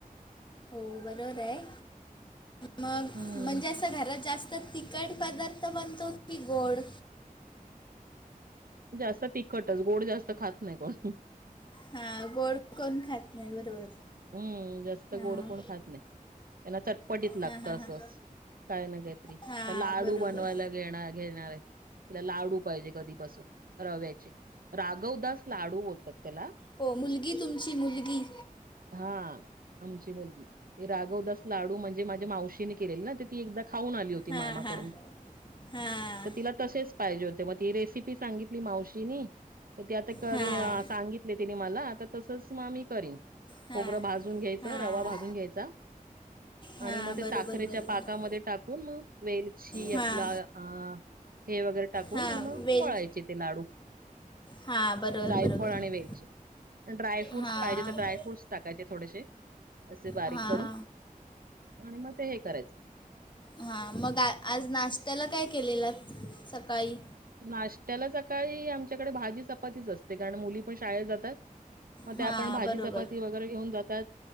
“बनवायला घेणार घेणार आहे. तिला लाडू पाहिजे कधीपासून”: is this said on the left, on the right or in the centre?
Right